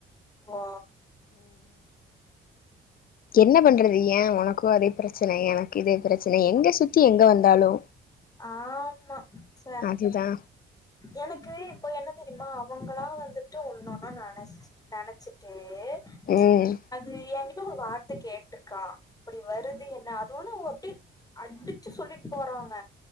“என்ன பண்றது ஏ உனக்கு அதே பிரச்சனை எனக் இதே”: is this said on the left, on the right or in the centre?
Left